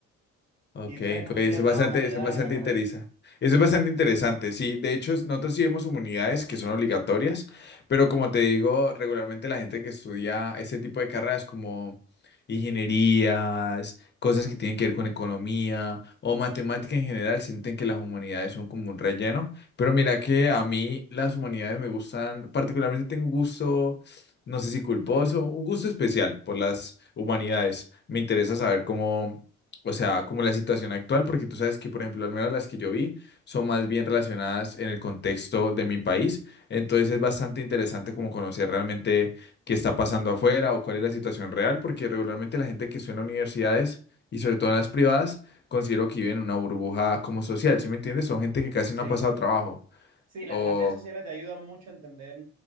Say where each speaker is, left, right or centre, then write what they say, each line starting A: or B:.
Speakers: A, on the left; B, on the right.
A: Ok,
B: ¿Y ustedes no
A: co-
B: estudian
A: eso es bastante,
B: nada de humanidades
A: eso es bastante
B: en la carrera?
A: interesante. Eso es bastante interesante, sí. De hecho, es- nosotros sí vemos unidades que son obligatorias, pero como te digo, regularmente la gente que estudia ese tipo de carreras como ingenierías, cosas que tienen que ver con economía o matemática en general, sienten que las humanidades son como un relleno. Pero mira que a mí las humanidades me gustan, particularmente tengo un gusto, no sé si culposo, un gusto especial por las humanidades. Me interesa saber cómo o sea, como la situación actual, porque tú sabes que, por ejemplo, al menos las que yo vi son más bien relacionadas en el contexto de mi país. Entonces es bastante interesante como conocer realmente qué está pasando afuera o cuál es la situación real, porque regularmente la gente que estudia en las universidades y sobre todo en las privadas, considero que viven en una burbuja como social, ¿sí me entiendes? Son gente que casi
B: Sí,
A: no ha pasado trabajo.
B: sí, la-
A: O...
B: las ciencias sociales te ayudan mucho a entender